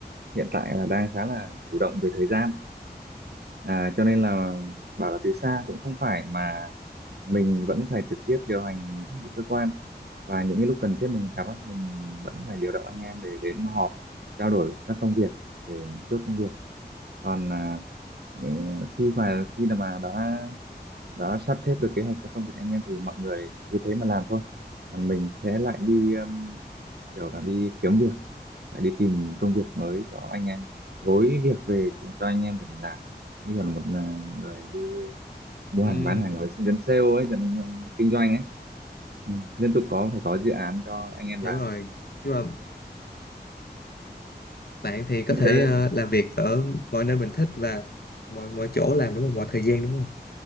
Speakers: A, on the right; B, on the left.
A: hiện tại là đang khá là chủ động về thời gian à, cho nên là bảo là từ xa cũng không phải mà mình vẫn phải trực tiếp điều hành cơ quan và những cái lúc cần thiết mình gặp á, mình vẫn phải điều động anh em để đến họp trao đổi các công việc để chốt công việc còn à, ừ, khi mà khi mà đã đã sắp xếp được kế hoạch cho công việc anh em thì mọi người cứ thế mà làm thôi còn mình sẽ lại đi um, kiểu là đi kiếm việc lại đi tìm công việc mới cho anh em gối việc về cho anh em để mình làm như còn một à, người đi mua
B: Ừm,
A: hàng bán hàng rồi dân sale ấy dân ờ, kinh doanh ấy ừ. liên tục có phải có dự án cho anh em
B: hiểu
A: làm
B: rồi. Nhưng mà bạn thì có
A: như
B: thể
A: thế
B: ờ, làm việc ở mọi nơi mình thích và mọi mọi chỗ làm đúng không? Mọi thời gian đúng không?